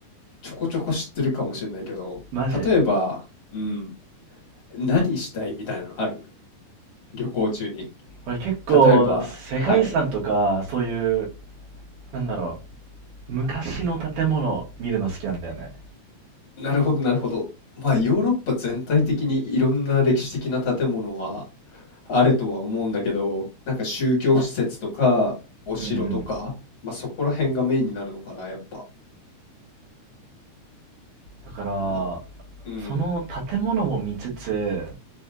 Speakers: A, on the left (about 50°); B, on the right (about 80°).
A: ちょこちょこ知ってるかもしれないけど、
B: マジ。
A: 例えば、うん、何したいみたいなのある旅行中に。
B: 俺結構世界遺産とか、
A: 例えば、はい、
B: そういう、なんだろう、昔の建物見るの好きなんだよね。
A: なるほど、なるほど。まあ、ヨーロッパ全体的にいろんな歴史的な建物はあるとは思うんだけど、なんか宗教施設とか、お城とか、
B: うんうん。
A: まあ、そこら辺がメインになるのかな、やっぱ。
B: だから、
A: なんうん、
B: その建物も見つつ、